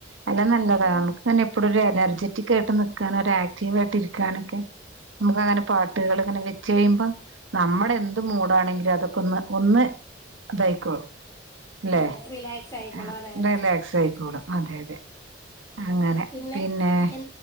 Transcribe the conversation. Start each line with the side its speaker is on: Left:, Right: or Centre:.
Right: അല്ല നല്ലതാണ്
Left: പിന്നെ
Right: നമുക്ക്ങ്ങനെ എപ്പോഴ ഒരു എനർജെറ്റിക് ആയിട്ട് നിക്കാൻ ആക്റ്റീവ് ആയിട്ട് ഇരിക്കാനൊക്കെ നമുക്ക് അങ്ങനെ പാട്ടുകൾ ഇങ്ങനെ വെച്ച് കഴിയുമ്പോ നമ്മുടെ എന്ത് മൂടാണെങ്കിലും അതൊക്കൊന്ന് ഒന്ന് ഇതയക്കോ അല്ലെ
Left: അതെ റിലാക്സ് ആയിക്കോളും
Right: ആ
Left: അതെ അതെ
Right: റിലാക്സ് ആയിക്കോളും അതെ അതെ അങ്ങനെ
Left: പിന്നെ
Right: പിന്നെ
Left: എ